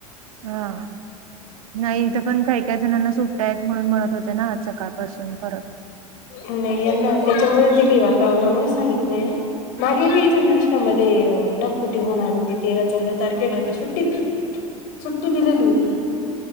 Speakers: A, on the right; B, on the left.
A: हा नाही इथं पण काही काही जणांना सुट्टया आहेत म्हणून म्हणत होते ना सकाळपासून परत
B: नाय यांना त्याच्यामुळेच दिली वातावरणामुळे सांगितलंय मागे बी इथ नाशकामध्ये ढगफुटी होणार होती तेरा चौदा तारखेला तर सुट्टीच सुट्टी दिलेली होती